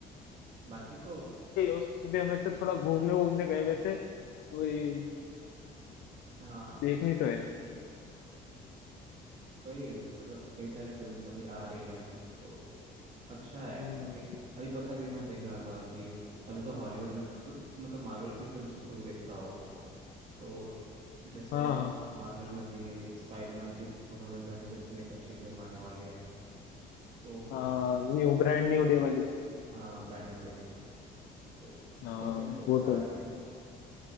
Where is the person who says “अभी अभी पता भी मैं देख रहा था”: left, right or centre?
Right